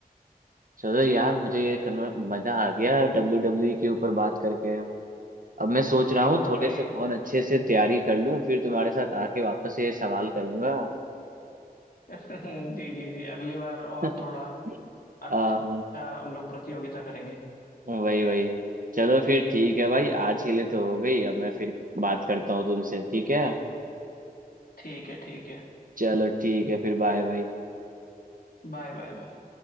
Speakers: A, on the right; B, on the left.
A: चलो यार मुझे ये कन्वर मजा आ गया डब्ल्यू डब्ल्यू के ऊपर बात करके अब मैं सोच रहा हूँ
B: हाँ
A: थोड़े
B: भाई
A: से और अच्छे से तैयारी कर लूँ फिर तुम्हारे साथ आके वापस ये सवाल करूंगा
B: <laughs> जी जी जी अगली बार और
A: <laughs>
B: थोड़ा अच्छा
A: आ,
B: हम लोग प्रतियोगिता करेंगे
A: वही वही चलो फिर ठीक है भाई आज के लिए तो हो गई अब मैं फिर बात करता हूँ तुमसे ठीक है
B: ठीक है ठीक है
A: चलो ठीक है फिर बाय भाई
B: Bye bye bye